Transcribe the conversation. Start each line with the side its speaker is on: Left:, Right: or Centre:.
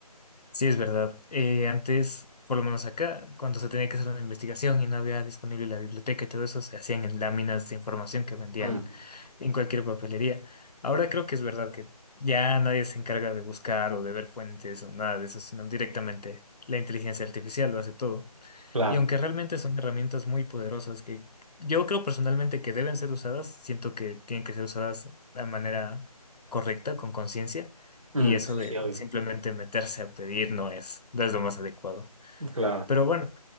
Left: Sí, es verdad. Eh, antes, por lo menos acá, cuando se tenía que hacer una investigación y no había disponible la biblioteca y todo eso, se hacían en láminas de información que vendían
Right: Mm,
Left: en cualquier papelería. Ahora creo que es verdad que ya nadie se encarga de buscar o de ver fuentes o nada de eso, sino directamente la inteligencia artificial lo hace todo.
Right: claro.
Left: Y aunque realmente son herramientas muy poderosas que yo creo personalmente que deben ser usadas, siento que tienen que ser usadas de manera correcta, con conciencia,
Right: Mm,
Left: y eso
Right: Sí,
Left: de
Right: sí, obvio.
Left: simplemente meterse a pedir no es, no es lo más adecuado.
Right: claro.
Left: Pero bueno,